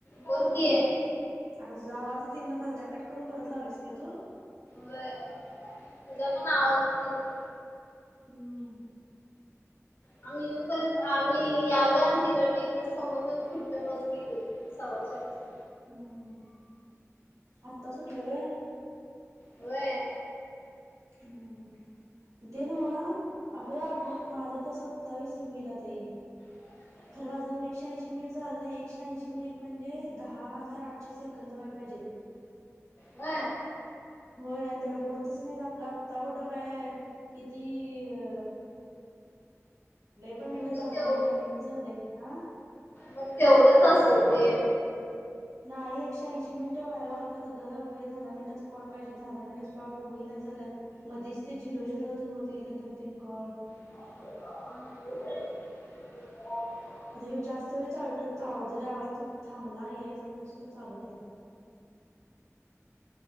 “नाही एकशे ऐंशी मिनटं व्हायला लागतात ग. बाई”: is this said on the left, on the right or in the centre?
Right